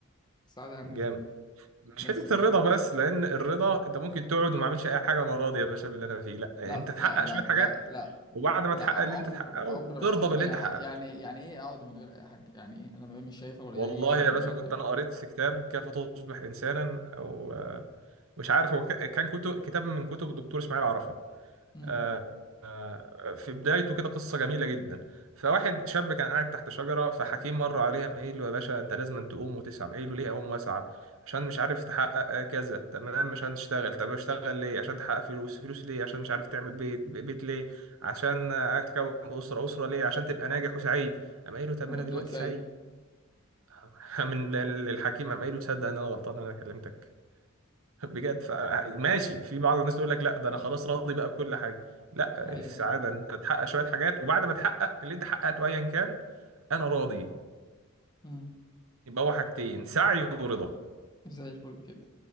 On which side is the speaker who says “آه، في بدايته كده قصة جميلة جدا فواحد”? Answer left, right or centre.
Right